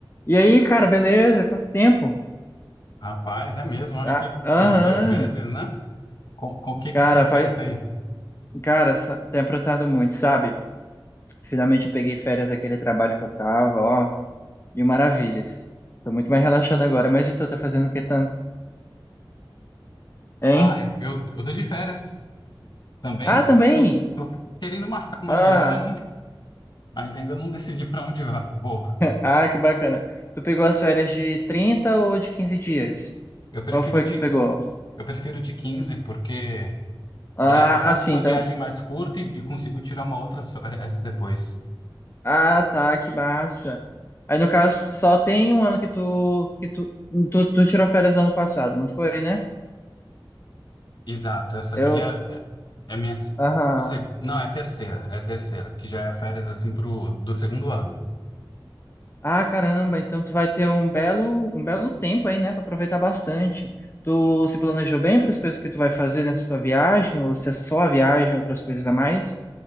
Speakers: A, on the left; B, on the left.
A: E aí, cara, beleza? Quanto tempo?
B: Rapaz, é mesmo, acho
A: Ah,
B: que
A: Aham.
B: uns dois meses, né? Com, com o que
A: Cara,
B: que você tem feito
A: vai...
B: aí?
A: cara, sa- tem aprontado muito, sabe? Finalmente eu peguei férias daquele trabalho que eu tava, ó, mil maravilhas. Tô muito mais relaxado agora, mas e tu tá fazendo o que tanto?
B: Ah,
A: Hein?
B: é, eu, eu tô de férias também.
A: Ah, também?
B: Tô, tô querendo marcar uma
A: Ah,
B: viagem, mas ainda não decidi para onde va- vou.
A: ah, que bacana. Tu pegou as férias de 30 ou de 15 dias?
B: Eu prefiro
A: Qual foi
B: de,
A: que tu pegou?
B: eu prefiro de 15 porque
A: Ah,
B: daí eu faço
A: sim,
B: uma
A: então.
B: viagem mais curta e, e consigo tirar uma outras férias depois.
A: Ah, tá, que massa. Aí no caso só tem um ano que tu que tu tu, tu tirou férias ano passado, não foi, né?
B: Exato, essa
A: Eu,
B: aqui é, é é minha. se-
A: aham.
B: Não, é a terceira, é a terceira, que já é férias assim pro, do segundo ano.
A: Ah, caramba, então tu vai ter um belo um belo tempo aí, né, Pra aproveitar bastante. Tu se planejou bem para as coisas que tu vai fazer nessa tua viagem ou se é só a viagem, outras coisas a mais?